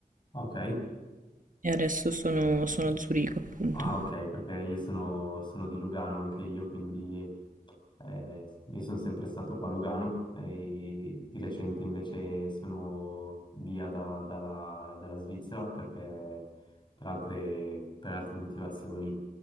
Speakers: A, on the left; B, on the right.
A: Ok.
B: E adesso sono, sono a Zurigo, appunto.
A: Ah, ok, perché io sono, sono di Lugano anche io, quindi eh, io sono sempre stato qua a Lugano e di recente invece sono via da- dalla, dalla Svizzera perché per altre, per altre motivazioni